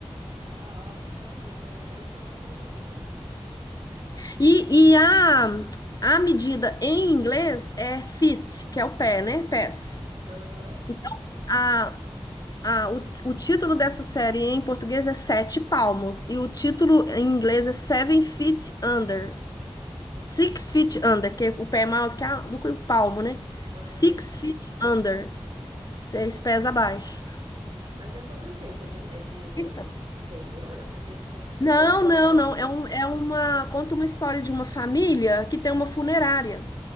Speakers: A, on the right; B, on the left.
A: ah, olha, não sabia. Pra mim é uma informação nova essa.
B: E, e a, a medida em inglês é feet, que é o pé, né? Pés.
A: Aham.
B: Então, a, a, o, o título dessa série em português é Sete Palmos. E o título em inglês é Seven Feet Under. Six
A: hum,
B: feet under, que é o pé é maior do que, a- do que o palmo, né?
A: Aham.
B: Six feet under, seis pés abaixo.
A: Mas é sobre o quê? Isso é de, é de
B: Então,
A: terror? É Porque, tipo, <laughs>
B: Não,
A: pelo
B: não,
A: nome.
B: não. É, um, é uma. Conta uma história de uma família que tem uma funerária.